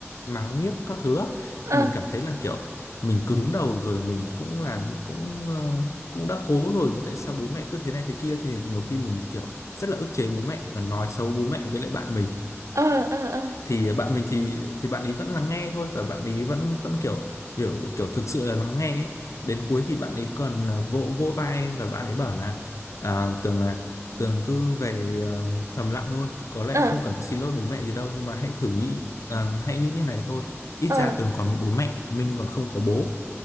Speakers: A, on the left (about 85°); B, on the right (about 85°).
A: mắng nhiếc các thứ á,
B: à,
A: thì mình cảm thấy là kiểu mình cứng đầu rồi mình cũng làm cũng ờ, cũng đã cố rồi tại sao bố mẹ cứ thế này thế kia thì nhiều khi mình kiểu rất là ức chế bố mẹ và nói xấu bố mẹ với lại bạn mình
B: ờ, ờ, ờ,
A: thì bạn mình thì thì bạn ấy vẫn lắng nghe thôi và bạn ấy vẫn vẫn kiểu kiểu kiểu thực sự là lắng nghe ấy. Đến cuối thì bạn ấy còn à, vỗ vỗ vai em và bạn ấy bảo là à, Tường là Tường cứ về ờ, thầm lặng thôi có lẽ
B: ờ,
A: không cần phải xin lỗi bố mẹ gì đâu nhưng mà hãy thử nghĩ à, hãy nghĩ như này thôi ít
B: ờ,
A: ra Tường còn một bố mẹ mình còn không có bố